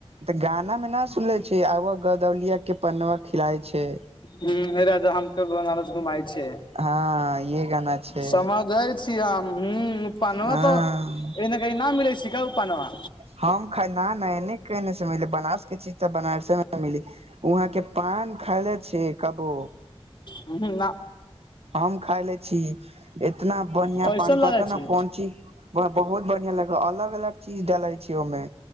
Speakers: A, on the right; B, on the left.
A: तऽ गाना में न सुने छी आब गदौलिया के पनवा खिलाय छै
B: ह राजा हमके बनारस घुमाय छै
A: हँ ये गाना छै
B: समझै छीय हम हु पानवा
A: हँ
B: तऽ एने कही न मिलै छिका उ पानवा
A: हम ख ना ना एने केने से मिली बनारस के चीज तऽ बनारसे मे मिली वहाँ के पान खैले छी कबो
B: हु ना
A: हम खााय ले छी इतना बढ़ियां
B: कैसन
A: पान
B: लगै
A: पता
B: छी
A: ने कोन चीज व बहुत बढ़िया लगब अलग अलग चीज डेले छी ओमे